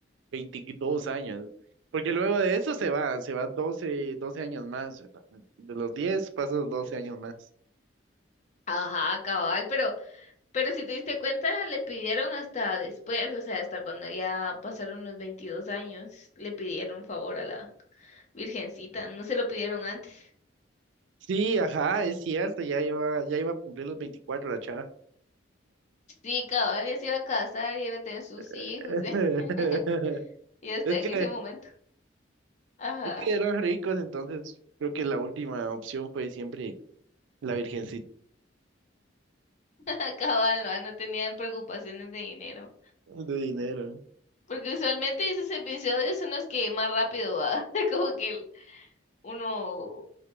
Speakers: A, on the right (about 75°); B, on the left (about 35°).
A: 22 años, porque luego de eso se va, se va doce doce años más, ¿verdad? De los 10 pasas 12 años más.
B: Ajá, cabal, pero, pero si te diste cuenta, le pidieron hasta después, o sea, hasta cuando ya pasaron los 22 años, le pidieron favor a la virgencita, no se lo pidieron antes.
A: Sí, ajá, es cierto, ya iba, ya iba a cumplir los veinticuatro la chava.
B: Sí, cabal, ya se iba a casar y iba a tener sus hijos,
A: <laughs>
B: <laughs> y hasta
A: Es
B: en
A: que,
B: ese momento. Ajá.
A: es que eran ricos, entonces creo que la última opción fue siempre la Virgencita
B: Acaban, no tenían preocupaciones de dinero.
A: de dinero. ¿no?
B: Porque usualmente esos episodios son los que más rápido va. <laughs> Como que el- uno